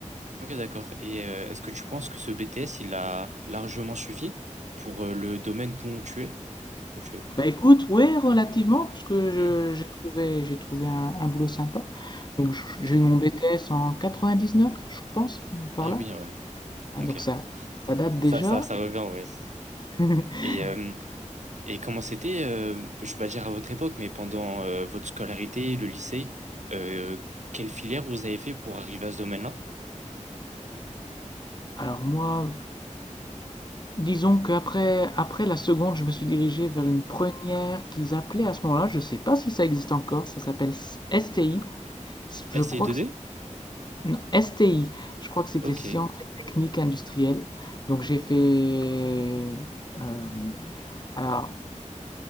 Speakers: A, on the right; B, on the left.
A: Ok, d'accord. Et euh, est-ce que tu penses que ce BTS, il a largement suffi pour euh, le domaine dont tu es? Où tu es, pardon.
B: Bah écoute, ouais, relativement, parce que je-
A: Hmm
B: j'ai trouvé, j'ai trouvé un, un boulot sympa. Donc j-
A: Ok,
B: j'ai
A: d'accord.
B: eu mon BTS en 99, je pense, par
A: Ah
B: là.
A: oui, ouais.
B: Hein,
A: Ok.
B: Donc ça, ça date déjà.
A: Ça, ça, ça revient, ouais, c'est ça.
B: <laughs>
A: Et, euh, et comment c'était, euh, je vais pas dire à votre époque, mais pendant euh, votre scolarité, le lycée, euh, quelle filière vous avez fait pour arriver à ce domaine-là?
B: Alors moi, Disons qu'après après la seconde, je me suis dirigé vers
A: Hmm.
B: une première qu'ils appelaient à ce moment-là. Je ne sais pas si ça existe encore. Ça s'appelle S- STI. Je
A: STI2D?
B: crois que c- non, STI. Je crois que c'était
A: Ok,
B: sciences et techniques industrielles. Donc j'ai fait euh, alors